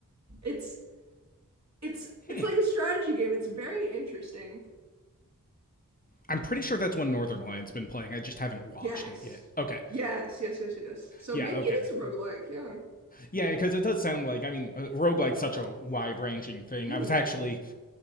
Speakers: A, on the right; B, on the left.
A: It's it's
B: Hmm.
A: it's like a strategy game. It's very interesting.
B: I'm pretty sure that's one Northern Lion's been playing. I just haven't watched
A: Yes.
B: it yet. Okay.
A: Yes, yes, yes, yes. So
B: Yeah,
A: maybe
B: okay.
A: it is a roguelike, yeah.
B: Yeah, because it does sound like, I mean, uh, roguelike's such a wide ranging thing.
A: hmm
B: I was actually,